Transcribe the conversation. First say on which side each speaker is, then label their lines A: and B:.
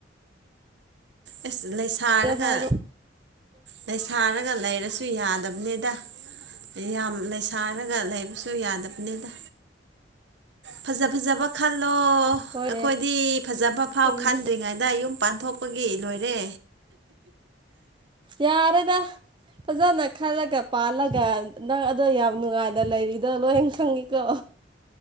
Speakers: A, on the right; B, on the right.
A: ꯑꯁ ꯂꯩꯁꯥꯔꯒ
B: ꯍꯥꯏꯕ
A: ꯂꯩꯁꯥꯔꯒ ꯂꯩꯔꯁꯨ ꯌꯥꯗꯕꯅꯤꯗ꯫ ꯌꯥꯝ ꯂꯩꯁꯥꯔꯒ ꯂꯩꯕꯁꯨ ꯌꯥꯗꯕꯅꯤꯗ ꯐꯖ ꯐꯖꯕ ꯈꯜꯂꯣ
B: ꯍꯣꯏꯅꯦ
A: ꯑꯩꯈꯣꯏꯗꯤ ꯐꯖꯕ ꯐꯥꯎ
B: ꯆꯨꯝꯗꯤ
A: ꯈꯟꯗ꯭ꯔꯤꯉꯩꯗ ꯌꯨꯝ ꯄꯥꯟꯊꯣꯛ꯫ ꯊꯣꯛꯄꯒꯤ ꯂꯣꯏꯔꯦ꯫
B: ꯌꯥꯔꯦꯗ ꯐꯖꯅ ꯈꯂꯒ ꯄꯥꯜꯒ꯫ ꯅꯪ ꯑꯗꯣ ꯌꯥꯝ ꯅꯨꯡꯉꯥꯏꯅ ꯂꯩꯔꯤꯗꯣ ꯂꯣꯏꯅ ꯈꯪꯉꯤꯀꯣ꯫